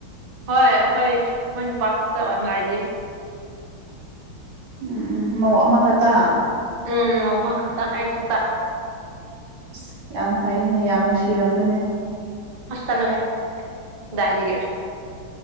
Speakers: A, on the right (about 45°); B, on the right (about 75°).
A: ꯍꯣꯏ ꯑꯩꯈꯣꯏ ꯑꯩꯈꯣꯏ ꯅꯨꯄꯥ ꯈꯛꯇ ꯉꯥꯏꯔꯤ
B: ꯎꯝ ꯃꯧ ꯑꯃ ꯈꯛꯇ
A: ꯎꯝ ꯑꯃꯈꯛꯇ ꯑꯩ ꯈꯛꯇ
B: ꯑꯁ ꯌꯥꯝ ꯐꯩꯅꯦ ꯌꯥꯝ ꯅꯨꯡꯁꯤꯔꯝꯒꯅꯤ
A: ꯍꯁ ꯆꯠꯂꯣꯍꯦ ꯀꯗꯥꯏꯗꯒꯤ